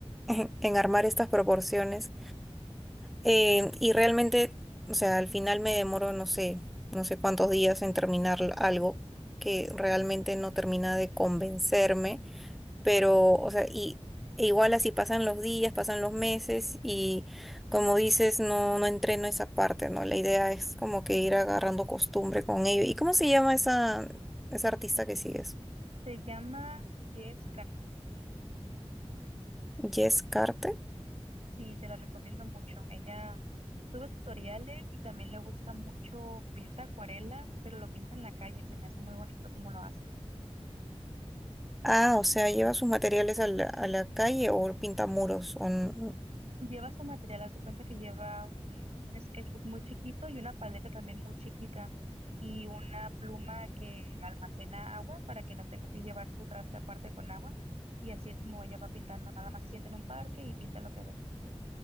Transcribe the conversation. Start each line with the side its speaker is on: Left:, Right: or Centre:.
Centre: <laughs> en armar estas proporciones. eh, y realmente, o sea, al final me demoro, no sé, no sé cuántos días en terminar algo que realmente no termina de convencerme. pero, o sea, y e igual así pasan los días, pasan los meses y como dices, no, no entreno esa parte, ¿no? La idea es como que ir agarrando costumbre con ello. ¿Y cómo se llama esa, esa artista que sigues?
Right: Se llama Yes
Centre: Jess Carte.
Right: Sí, te la recomiendo mucho. Ella sube tutoriales y también le gusta mucho, pinta acuarela, pero lo pinta en la calle, se me hace muy bonito como lo hace.
Centre: Ah, o sea, lleva sus materiales a la, a la calle o pinta muros. O... n-
Right: Lleva su material, haz de cuenta que lleva un, un sketchbook muy chiquito y una paleta también muy chiquita y una pluma que almacena agua para que no tenga que llevar su traste aparte con agua. Y así es como ella va pintando, nada más se sienta en un parque y pinta lo que ve.